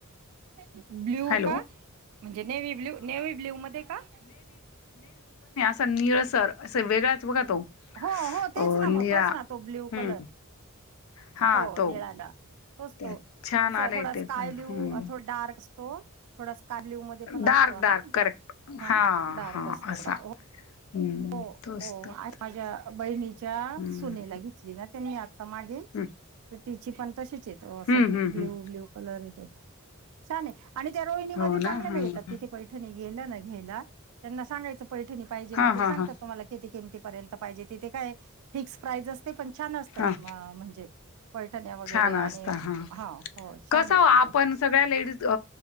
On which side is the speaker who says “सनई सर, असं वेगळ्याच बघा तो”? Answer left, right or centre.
Left